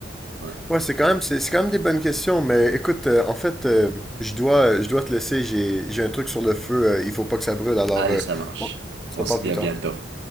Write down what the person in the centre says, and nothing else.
ouais, c'est quand même, c'est c'est quand même des bonnes questions. Mais écoute, euh, en fait, euh, je dois, je dois te laisser. J'ai, j'ai un truc sur le feu. euh, il faut pas que ça brûle. Alors,
euh,
on on se
reparle
plus
tard.